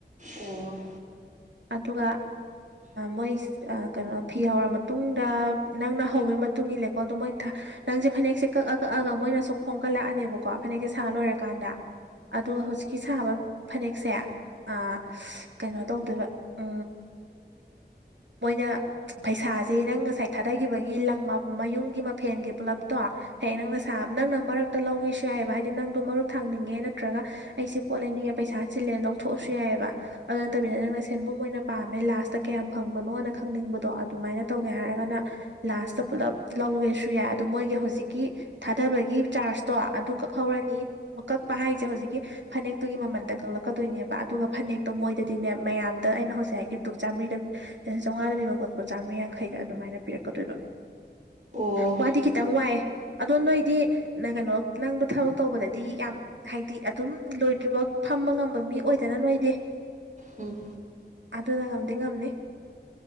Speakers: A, on the right (about 45°); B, on the right (about 80°).
A: ꯑꯣ
B: ꯑꯗꯨꯒ ꯃꯣꯏ ꯑ ꯀꯩꯅꯣ ꯐꯤ ꯍꯧꯔ ꯃꯇꯨꯡꯗ ꯅꯪꯅ ꯍꯧꯕꯩ ꯃꯇꯨꯡ ꯏꯜꯂꯦꯀꯣ ꯑꯗꯨ ꯃꯣꯏꯅ ꯊ ꯅꯪꯁꯦ ꯐꯅꯦꯛꯁꯦ ꯀꯛꯑ ꯀꯛꯑꯒ ꯃꯣꯏꯅ ꯁꯨꯝ ꯈꯣꯝꯒꯠꯂꯛꯑꯅꯦꯕꯀꯣ ꯐꯅꯦꯛꯁꯦ ꯁꯥ ꯂꯣꯏꯔꯀꯥꯟꯗ ꯑꯗꯨꯒ ꯍꯧꯖꯤꯛꯀꯤ ꯁꯥꯕ ꯐꯅꯦꯛꯁꯦ ꯑ ꯀꯩꯅꯣ ꯇꯧꯗꯣꯏꯕ ꯎ ꯃꯣꯏꯅ ꯄꯩꯁꯥꯁꯦ ꯅꯪ ꯉꯁꯥꯏ ꯊꯥꯗꯈꯤꯕꯒꯤ ꯂꯪ ꯃ ꯃꯌꯨꯝꯒꯤ ꯃꯐꯦꯟꯒꯤ ꯄꯨꯂꯞꯇꯣ ꯍꯌꯦ ꯅꯪꯅ ꯁꯥꯕ ꯅꯪꯅ ꯃꯔꯛꯇ ꯂꯧꯒꯦꯁꯨ ꯌꯥꯏꯌꯦꯕ ꯍꯥꯏꯗꯤ ꯅꯪꯗꯣ ꯃꯔꯨꯞ ꯊꯥꯡꯅꯤꯡꯉꯦ ꯅꯠꯇ꯭ꯔꯒ ꯑꯩꯁꯤ ꯄꯣꯠ ꯂꯩꯅꯤꯡꯉꯦ ꯄꯩꯁꯥ ꯆꯤꯜꯂꯦꯅ ꯂꯧꯊꯣꯛꯑꯁꯨ ꯌꯥꯏꯌꯦꯕ ꯑꯗꯨ ꯅꯠꯇꯕꯤꯅ ꯅꯪꯅ ꯁꯦꯟꯕꯨꯝ ꯑꯣꯏꯅ ꯄꯥꯝꯃꯦ ꯂꯥꯁꯇ ꯀꯌꯥꯝ ꯐꯪꯕꯅꯣꯅ ꯈꯪꯅꯤꯡꯕꯗꯣ ꯑꯗꯨꯃꯥꯏꯅ ꯇꯧꯒꯦ ꯍꯥꯏꯔꯒꯅ ꯂꯥꯁꯇ ꯄꯨꯂꯞ ꯂꯧꯒꯦꯁꯨ ꯌꯥꯏ ꯑꯗꯣ ꯃꯣꯏꯒꯤ ꯍꯧꯖꯤꯛ ꯀꯤ ꯊꯥꯗꯕꯒꯤ ꯆꯥꯔꯖꯇꯣ ꯑꯗꯨ ꯀꯛꯍꯧꯔꯅꯤ ꯀꯛꯄ ꯍꯥꯏꯁꯦ ꯍꯧꯖꯤꯛꯀꯤ ꯐꯅꯦꯛꯇꯨꯒꯤ ꯃꯃꯟꯗ ꯀꯛꯂꯛꯀꯗꯣꯏꯅꯦꯕ ꯑꯗꯨꯒ ꯐꯅꯦꯛꯇꯣ ꯃꯣꯏꯗꯗꯤꯅꯦ ꯃꯌꯥꯝꯗ ꯑꯩꯅ ꯍꯧꯖꯤꯛ ꯍꯥꯏꯈꯤ ꯇꯣꯛ ꯆꯥꯝꯃꯔꯤꯗ ꯆꯧꯉꯥꯗ ꯄꯤꯕ ꯄꯣꯠꯄ ꯆꯝꯃꯔꯤ ꯌꯥꯡꯈꯩꯗ ꯑꯗꯨꯃꯥꯏꯅ ꯄꯤꯔꯛꯀꯗꯣꯏꯕ
A: ꯑꯣ
B: ꯋꯥꯗꯤ ꯈꯤꯇꯪ ꯋꯥꯏ ꯑꯗꯣ ꯅꯣꯏꯗꯤ ꯅ ꯀꯩꯅꯣ ꯅꯪꯗꯣ ꯊꯕꯛ ꯇꯧꯕꯗꯗꯤ ꯌꯥꯝ ꯍꯥꯏꯗꯤ ꯑꯗꯨꯝ ꯂꯣꯏꯗ꯭ꯔꯤꯕꯧ ꯐꯝꯕ ꯉꯝꯕ ꯃꯤ ꯑꯣꯏꯗꯅ ꯅꯣꯏꯗꯤ
A: ꯎꯝ
B: ꯑꯗꯨꯅ ꯉꯝꯗꯤ ꯉꯝꯅꯤ